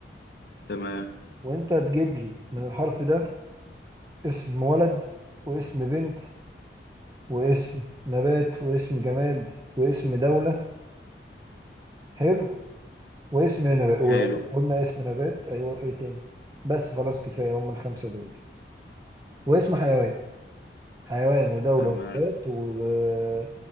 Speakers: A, on the left; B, on the right.
A: تمام
B: وانت تجيب لي من الحرف ده اسم ولد واسم بنت واسم نبات واسم جماد واسم دوله حلو واسم نبات وقلنا
A: حلو
B: اسم نبات ايوه ايه تاني بس خلاص كفايه هم الخمسه دول واسم حيوان حيوان ودولة
A: تمام
B: ونبات و-